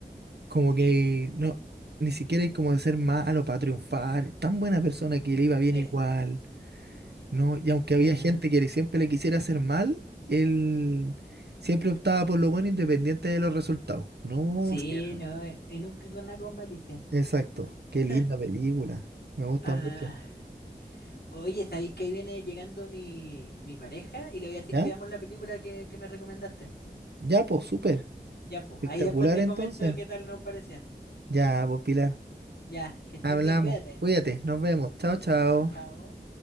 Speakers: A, on the right (about 85°); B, on the left (about 70°).
A: como que no, ni siquiera hay como de ser malo para triunfar. Tan buena persona que le iba bien
B: Sí,
A: igual. No, y aunque había
B: eh,
A: gente que le- siempre le quisiera hacer mal, él siempre optaba por lo bueno independiente de los resultados. No,
B: sí,
A: sí, era-
B: no, eh, y nunca hizo nada con malicia.
A: exacto. Qué linda
B: <laughs>
A: película. Me gusta
B: Ah,
A: mucho.
B: oye, ¿sabéis que ahí viene llegando mi, mi pareja? Y le voy a decir
A: ¿Ya?
B: que veamos la película que, que me recomendaste.
A: Ya, pues, súper.
B: Ya, pues,
A: Espectacular
B: ahí después te
A: entonces.
B: comento qué tal nos pareció.
A: Ya, pues, Pilar.
B: Ya, que estés
A: Hablamos.
B: bien, cuídate.
A: Cuídate. Nos vemos. Chao, chao.
B: Chao, chao.